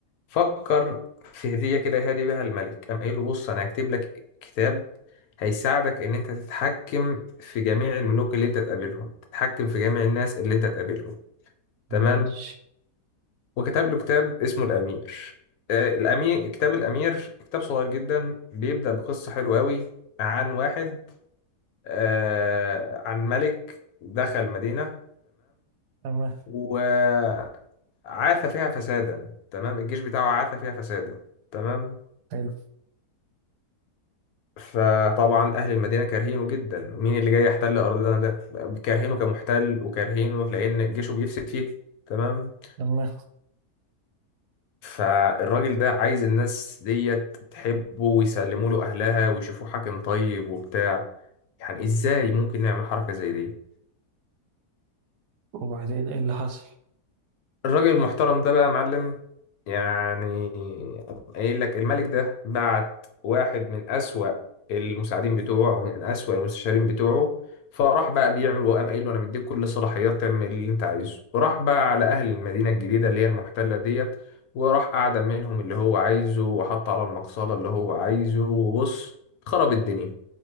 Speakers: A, on the left (about 70°); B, on the right (about 80°).
A: فكر في هدية كده يهدي بيها الملك قام قايل له بص انا هكتب لك كتاب هيساعدك ان انت تتحكم في جميع الملوك اللي انت تقابلهم تتحكم في جميع الناس اللي انت تقابلهم
B: ماشي
A: تمام وكتب له كتاب اسمه الامير آه، الامير كتاب الامير كتاب صغير جدا بيبدأ بقصة حلوة قوي عن واحد آه، عن ملك دخل مدينة
B: تمام
A: تمام عاث فيها فسادا تمام الجيش بتاعه عاث فيها فسادا تمام
B: حلو
A: فطبعا اهل المدينه كارهينه جدا مين اللي جاي يحتل ارضنا ده كارهينه كمحتل وكارهينه لان جيشه بيفسد فيه تمام
B: تمام
A: فالراجل ده عايز الناس ديت تحبه ويسلموا له اهلها ويشوفوه حاكم طيب وبتاع يعني ازاي ممكن نعمل حركه زي دي
B: وبعدين ايه اللي حصل
A: الراجل المحترم ده بقى يا معلم يعني قايل لك الملك ده بعت واحد من أسوأ المساعدين بتوعه ومن أسوأ المستشارين بتوعه فراح بقى بيعمل وقام قايل له انا مديك كل الصلاحيات تعمل اللي انت عايزه وراح بقى على اهل المدينه الجديده اللي هي المحتله ديت وراح اعدم منهم اللي هو عايزه وحط على المقصله اللي هو عايزه وبص خرب الدنيا